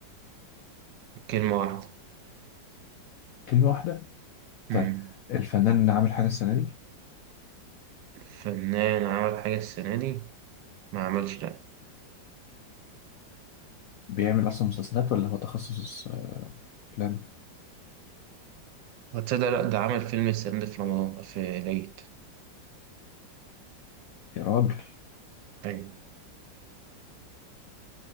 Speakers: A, on the right; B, on the left.
A: كلمه واحده
B: كلمة واحدة؟
A: امم
B: طيب الفنان اللي عامل حاجة السنة دي
A: الفنان عمل حاجه السنه دي ما عملش لا
B: بيعمل أصلا مسلسلات ولا هو تخصص آه، أفلام؟
A: هتصدق لا ده عمل فيلم السنه دي في رمضان في العيد
B: يا راجل
A: ايوه